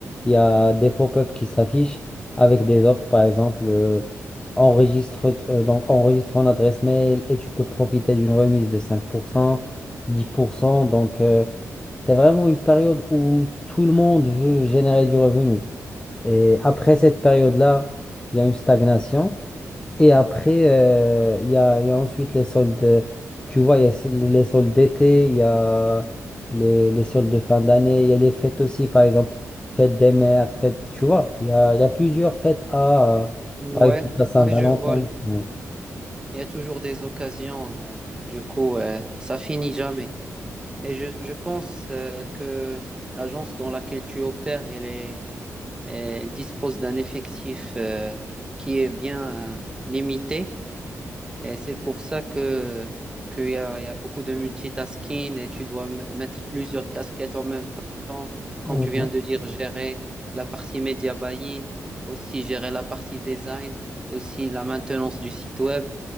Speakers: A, on the left (about 15°); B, on the right (about 15°).
A: il y a des pop-up qui s'affichent avec des offres, par exemple, euh, enregistre, euh, donc, enregistre ton adresse mail et tu peux profiter d'une remise de 5%, 10%. Donc, euh, c'est vraiment une période où tout le monde veut générer du revenu. Et après cette période-là, il y a une stagnation. Et après, euh, il y a, il y a ensuite les soldes. Tu vois, il y a les soldes d'été, il y a les, les soldes de fin d'année, il y a les fêtes aussi, par exemple, fête des mères, fête, tu vois, il y a, il y a plusieurs fêtes à, euh,
B: Ouais,
A: par exemple, à Saint-Valentin.
B: ouais, je vois, je vois.
A: Ouais.
B: Il y a toujours des occasions. euh, du coup, euh, ça finit jamais. Et je, je pense euh, que l'agence dans laquelle tu opères, elle est, elle dispose d'un effectif euh, qui est bien euh, limité. Et c'est pour ça que qu'il y a, il y a beaucoup de multitasking et tu dois m- mettre plusieurs casquettes en même temps. Comme
A: Ouais,
B: tu viens de dire, gérer la partie média buying, aussi gérer la partie design, aussi la maintenance du site web.